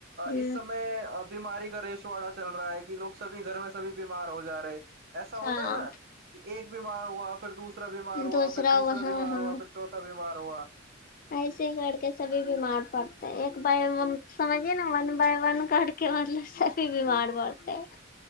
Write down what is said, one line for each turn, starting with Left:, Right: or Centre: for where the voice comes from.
Left: جی
Right: اس سمے اب بیماری کا ریش واڑا چل رہا ہے کہ لوگ سبھی گھر میں سبھی بیمار ہو جا رہے ایسا ہوتا
Left: ہاں
Right: ہے نا کہ ایک بیمار ہوا پھر دوسرا بیمار ہوا
Left: دوسرا
Right: پھر تیسرا
Left: وہاں
Right: بیمار
Left: ہاں
Right: ہوا پھر چوتا بیمار باروا
Left: ایسے ہی کر کے سبھی بیمار پڑتے ہیں ایک بائی ہم سمجھیے نا ون بائی ون کر کے مطلب سبھی بیمار پڑتے ہیں